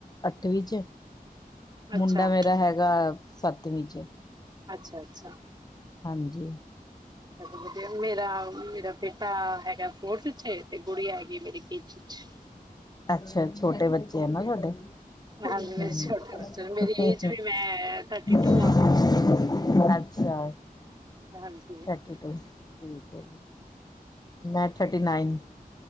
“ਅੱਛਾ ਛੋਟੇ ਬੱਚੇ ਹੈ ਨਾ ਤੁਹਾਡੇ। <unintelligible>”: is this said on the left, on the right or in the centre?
Left